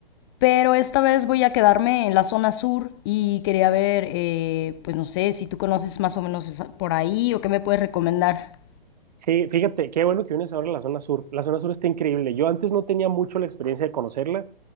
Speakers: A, on the left; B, on the right.
A: Pero esta vez voy a quedarme en la zona sur y quería ver, eh, pues no sé, si tú conoces más o menos esa- por ahí o qué me puedes recomendar.
B: Sí, fíjate, qué bueno que vienes ahora a la zona sur. La zona sur está increíble. Yo antes no tenía mucho la experiencia de conocerla